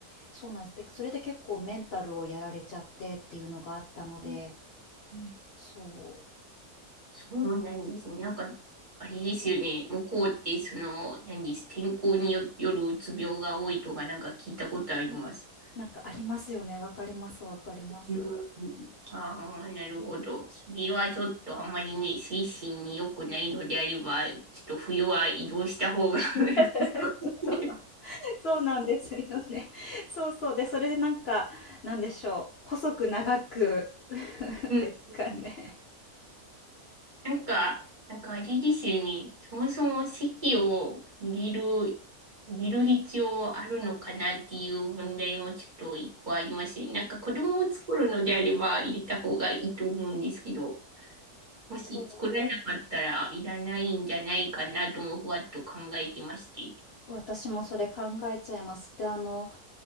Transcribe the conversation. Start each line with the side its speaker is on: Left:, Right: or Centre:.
Left: そうなんです。で、それで結構メンタルをやられちゃってっていうのがあったので、
Right: うん
Left: そう。
Right: そうなんですね。なんか、あれですよね。向こうって、その、何です。天候によ、よるうつ病が多いとか、なんか聞いたことあります。
Left: なんかありますよね。わかります、わかります。
Right: うん
Left: <laughs>
Right: ああ、なるほど。それはちょっとあんまりね、精神に良くないのであれば、ちょっと冬は移動した方が <laughs>
Left: そうそう
Right: 良さそうです
Left: そうなんですよね。<laughs> そうそう。で、それでなんか、なんでしょう、細く長く <laughs>
Right: ね。
Left: ですかね。
Right: うん。なんか、なんかあれですよね。そもそも籍を入れる、入れる必要あるのかなっていう問題もちょっと一個ありますね。なんか子供を作るのであれば入れた方がいいと思うんですけど、もし作らなかったらいらないんじゃないかなともふわっと考えてまして。
Left: そう。私もそれ考えちゃいます。で、あの、